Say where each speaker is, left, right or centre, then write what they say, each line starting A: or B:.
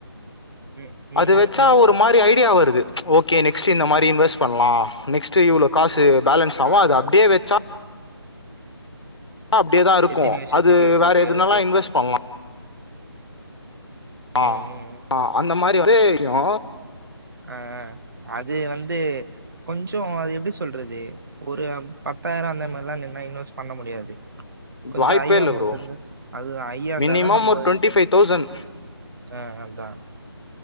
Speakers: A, on the right; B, on the left.
A: ம்
B: அது
A: ம்
B: வெச்சா
A: ம்
B: ஒரு
A: ம்
B: மாரி ஐடியா வருது ஓகே நெக்ஸ்ட் இந்த மாரி இன்வெஸ் பன்லா நெக்ஸ்ட் இவ்ளோ காசு பேலன்ஸ் ஆவு
A: ஆ
B: அத
A: ஆ
B: அப்டியே வெச்சா அப்டியேதாருக்கு
A: எத்தினி வருஷத்துக்கு?
B: அது வேற
A: ஓகே,
B: எதுனாலா
A: ஓகே.
B: இன்வெஸ் பண்லா ஆ
A: ம், ம், ம்.
B: ஆ அந்த மாரி வந்து ஒரே விஷ்யோ
A: அ அது வந்து கொஞ்சோ அது எப்டி சொல்றது ஒரு பத்தாயிரோ அந்த மாரில்லா நின்னா இன்வெஸ் பண்ண முடியாது கொஞ்சோ
B: வாய்ப்பே
A: ஐ
B: இல்ல
A: அமௌண்ட்
B: ப்ரோ.
A: இருந்தா ஐயா இருந்தாதா
B: மினிமம்
A: நம்ப
B: ஒரு டுவெண்ட்டி ஃபைவ் தௌசண்ட்
A: அ அதா